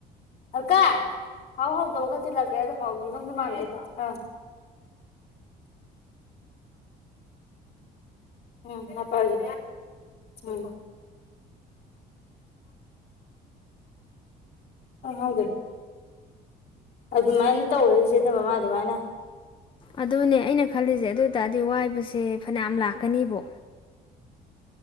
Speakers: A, on the left; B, on the left.
A: ꯑꯜꯀꯥ ꯍꯥꯎ ꯍꯥꯎꯗꯕ ꯈꯔ ꯊꯤꯜꯂꯛꯀꯦ ꯑꯗ ꯍꯥꯎꯗꯨ ꯅꯪꯗꯤ ꯃꯥꯟꯗꯦ ꯑ ꯎꯝ ꯍꯥꯄꯒꯤ ꯎꯝ ꯑ ꯑꯗꯨꯃꯥꯏꯅ ꯇꯧꯔꯔꯤꯁꯦꯗ ꯃꯃꯥ ꯑꯗꯨꯃꯥꯏꯅ
B: ꯑꯗꯨꯅꯦ ꯑꯩꯅ ꯈꯜꯂꯤꯁꯦ ꯑꯗꯨ ꯑꯣꯏ ꯇꯔꯗꯤ ꯋꯥꯏꯕꯁꯦ ꯐꯅꯌꯥꯝ ꯂꯥꯛꯀꯅꯤꯕꯣ